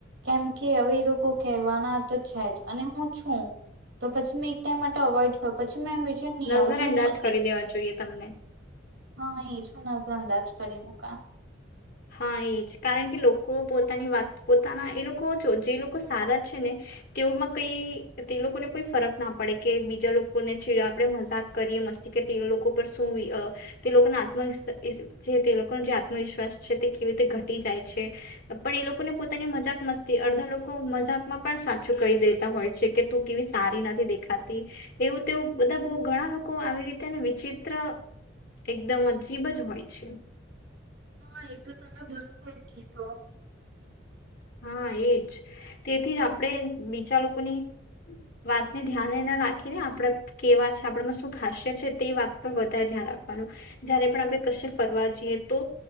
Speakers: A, on the right (about 65°); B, on the left (about 50°).
A: કેમ કે હવે એ લોકો કહેવાના તો છે જ અને હું છું તો પછી મેં એક ટાઈમ માટે અવોઈડ કરુ પછી મેં એમ વિચાર નહી
B: નજર
A: આવે તો
B: અંદાજ
A: હું પતે.
B: કરી દેવા જોઈએ તમને.
A: હા એજ હું નજર અંદાજ કરી મુકા.
B: હા એ જ કારણ કે લોકો પોતાની વાત પોતાના એ લોકો જે લોકો સારા છે ને તેઓમાં કઈ તે લોકોને કોઈ ફરક ના પડે કે બીજા લોકોને છેીડા આપણે મજાક કરીએ મસ્તી કે તે લોકો પર શું આ તે લોકોના આત્મ <unintelligible> જે તે લોકોનો જે આત્મવિશ્વાસ છે. કેવી રીતે ઘટી જાય છે પણ એ લોકોને પોતાની મજાક મસ્તી અડધા લોકો મજાક માં પણ સાચું કહી દેતા હોય છે કે તું કેવી સારી નથી દેખાતી એવું તે બધા બો ઘણા લોકો આવી રીતે વિચિત્ર એકદમ અજીબ જ હોય છે.
A: હા એ તો તમે બરોબર કીધો.
B: હા એજ. તેથી જ આપણેે બીજા લોકોની વાતને ધ્યાને ના રાખીને આપણેે કેવા છે આપણામાં શું ખાસિયત છે તે વાત પર વધારે ધ્યાન રાખવાનું જયારે પણ આપણે કશે ફરવા જઈએ તો